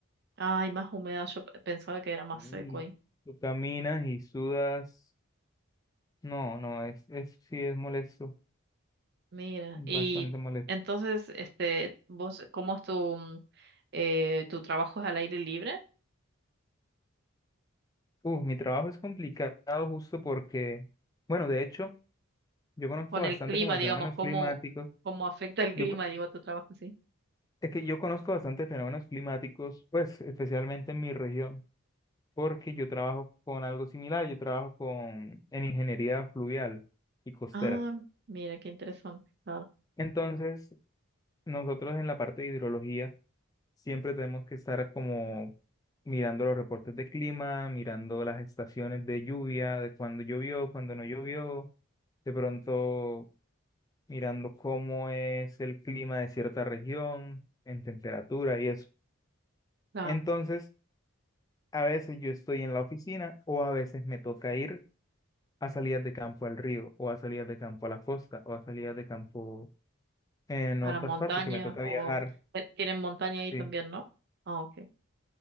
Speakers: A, on the right; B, on the left.
A: Ay, más húmeda, yo pe- pensaba que era más seco
B: Y
A: ahí.
B: tú caminas y sudas, no, no, es, es, sí, es molesto,
A: Mira,
B: bastante
A: y
B: molesto.
A: entonces, este, vos, ¿cómo es tu, mm, eh, tu trabajo es al aire libre?
B: Uf, mi trabajo es complicado justo porque, bueno, de hecho, yo conozco
A: Con
B: bastante
A: el clima,
B: como de
A: digamos,
B: fenómenos
A: ¿cómo,
B: climáticos.
A: cómo afecta el
B: Yo,
A: clima,
B: co-
A: digo, tu trabajo sí?
B: es que yo conozco bastante fenómenos climáticos, pues especialmente en mi región, porque yo trabajo con algo similar, yo trabajo con, en ingeniería fluvial y costera.
A: Ah, mira, qué interesante, claro.
B: Entonces, nosotros en la parte de hidrología siempre tenemos que estar como mirando los reportes de clima, mirando las estaciones de lluvia, de cuando llovió, cuando no llovió, de pronto mirando cómo es el clima de cierta región, en temperatura y eso.
A: Claro,
B: Entonces, a veces yo estoy en la oficina o a veces me toca ir a salidas de campo al río o a salidas de campo a la costa o a salidas de campo en
A: para
B: otras
A: montaña,
B: partes que me toca
A: o
B: viajar.
A: eh, tienen montaña ahí
B: Sí,
A: también, ¿no? Ah, ok,